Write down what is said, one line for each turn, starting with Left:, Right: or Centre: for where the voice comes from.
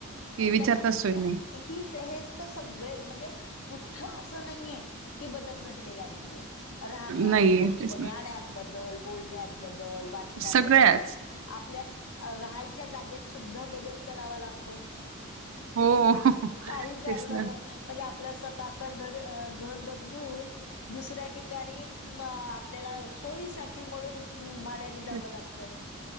Right: की विचारताच
Left: त्याच्या
Right: सोय नाही.
Left: हीच हेच तर सगळे म्हणजे कुठ असं नाहीये की बदल घडलेला नाहीये राहण्यात
Right: नाहीये. तेच ना.
Left: राहण्यात बद्दल बोलण्यात बद्दल वाचण्यात
Right: सगळ्याच.
Left: बद्दल आपल्या राहायच्या जागेत सुद्धा बदल करावा लागतो
Right: हो.
Left: काही करणार
Right: तेच ना.
Left: म्हणजे आपल्या स्वतःच घर घर बदलून दुसऱ्या ठिकाणी अ आपल्याला सोयीसाठी म्हणून भाड्यानी जावं
Right: ते
Left: लागत